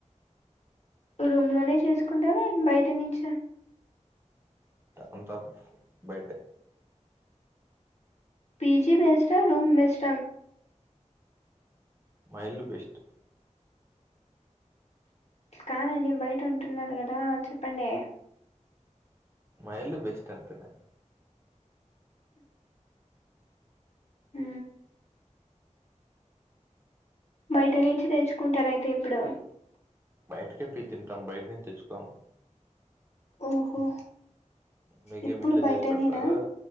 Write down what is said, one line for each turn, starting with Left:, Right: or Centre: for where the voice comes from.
Left: రూమ్ లోనే చేసుకుంటావా బయట నుంచ
Right: అంతా బయటే
Left: పిజీ బెస్ట్ ఆ రూమ్ బెస్ట్
Right: మా ఇల్లు బెస్ట్
Left: కాదండి బయట ఉంటున్నారు కదా చెప్పండి
Right: మా ఇల్లు బెస్ట్ అంటున్నాను
Left: ఆ బయట నుంచి తెచ్చుకుంటారయితే ఇప్పుడు
Right: బయటకే పి తింటాం బయట న తెచ్చుకోం
Left: ఓహో
Right: మీకేమి
Left: ఇప్పుడు
Right: ఇంట్లో
Left: బయటనేనా
Right: చేసి పెడతారు